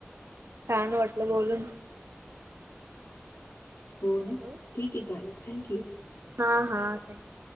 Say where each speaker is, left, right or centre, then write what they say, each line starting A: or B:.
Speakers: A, on the right; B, on the left.
A: छान वाटलं बोलून.
B: हो ना
A: हॅलो
B: ठीक आहे चालेल थँक यू.
A: हा हा थँक्यू